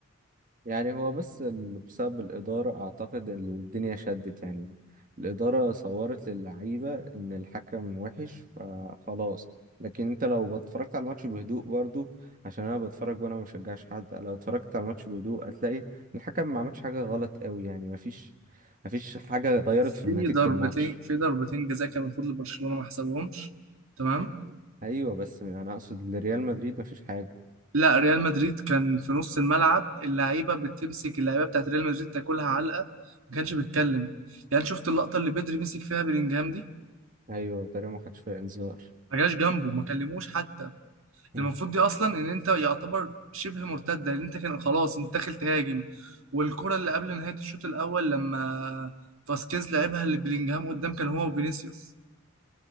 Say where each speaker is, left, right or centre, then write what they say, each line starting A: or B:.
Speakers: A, on the right (about 40°); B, on the right (about 80°).
A: يعني هو بس ال- بسبب الإدارة أعتقد الدنيا شدت يعني الإدارة صورت للعيبة إن الحكم وحش فخلاص لكن أنت لو اتفرجت على الماتش بهدوء برضو عشان أنا بتفرج وأنا مشجعش حد لو اتفرجت على الماتش بهدوء هتلاقي الحكم ما عملش حاجة غلط قوي يعني مفيش مفيش حاجة غيرت في
B: في
A: نتيجة
B: ضربتين
A: الماتش
B: في ضربتين جزاء كان المفروض لبرشلونة ما حسبهمش تمام
A: أيوة بس أنا أقصد لريال مدريد مفيش حاجة
B: لا ريال مدريد كان في نص الملعب اللعيبه بتمسك اللعيبه بتاعت ريال مدريد تاكلها علقه ما كانش بيتكلم يعني شفت اللقطه اللي بدري مسك فيها بلينجهام دي
A: أيوة تقريبا ما خدش فيها إنذار
B: ما جاش جنبه ما كلموش حتى
A: مم.
B: المفروض دي اصلا ان انت يعتبر شبه مرتده لان انت كان خلاص انت داخل تهاجم والكره اللي قبل نهايه الشوط الاول لما فاسكيز لعبها لبلينجهام قدام كان هو وفينيسيوس